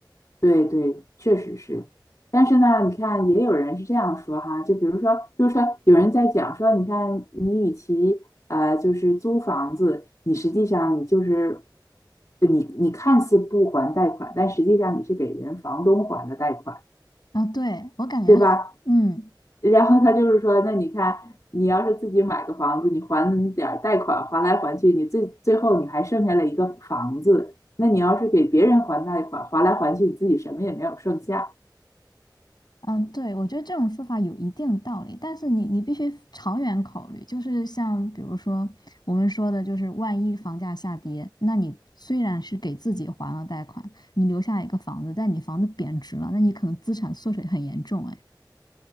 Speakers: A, on the left; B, on the left.
A: 对对，确实是。但是呢，你看，也有人是这样说哈，就比如说，就是说，有人在讲说，你看，你与其呃，就是租房子，你实际上你就是你你看似不还贷款，但实际上你是给人房东还的贷款，
B: 啊，对，我感觉，
A: 对吧？
B: <laughs> 嗯。
A: <laughs> 然后他就是说，那你看，你要是自己买个房子，你还点儿贷款，还来还去，你最最后你还剩下了一个房子，那你要是给别人还贷款，还来还去，你自己什么也没有剩下。
B: 嗯，对，我觉得这种说法有一定道理，但是你你必须长远考虑，就是像比如说我们说的，就是万一房价下跌，那你虽然是给自己还了贷款，你留下一个房子，但你房子贬值了，那你可能资产缩水很严重，哎，